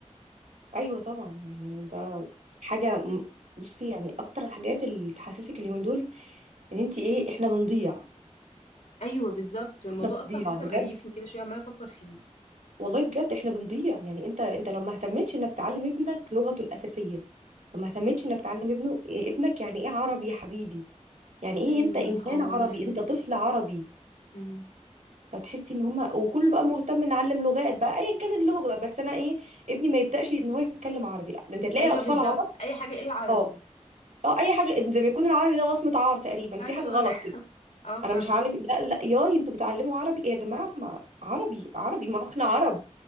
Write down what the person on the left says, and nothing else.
ايوه بالظبط الموضوع
اصلا
حاسه
مقريفني كده شويه عماله افكر فيه
ايوه
اه والله
يا مريم
امم
ايوه
بالظبط
اي حاجه الا عربي
ايوه
<laughs>
اه
فعلا